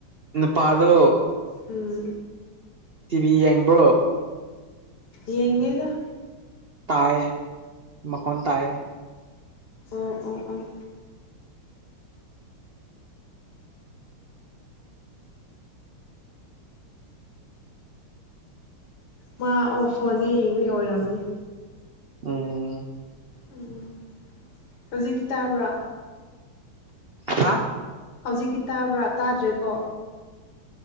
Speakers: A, on the right (about 85°); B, on the left (about 85°).
A: ꯅꯨꯄꯥꯗꯣ
B: ꯎꯝ
A: ꯇꯤꯚꯤ ꯌꯦꯡꯕ꯭ꯔꯣ
B: ꯌꯦꯡꯗꯦꯗ
A: ꯇꯥꯏꯌꯦ ꯃꯈꯣꯟ ꯇꯥꯏꯌꯦ
B: ꯎꯝ ꯎꯝ ꯎꯝ ꯃꯥ ꯑꯣ ꯐꯣꯟꯗ ꯌꯦꯡꯕꯩ ꯑꯣꯏꯔꯝꯅꯤ
A: ꯎꯝ
B: ꯎꯝ ꯍꯧꯖꯤꯛ ꯇꯥꯕ꯭ꯔꯥ
A: ꯍꯥ
B: ꯍꯧꯖꯤꯛꯇꯤ ꯇꯥꯕ꯭ꯔꯥ ꯇꯥꯗ꯭ꯔꯦꯀꯣ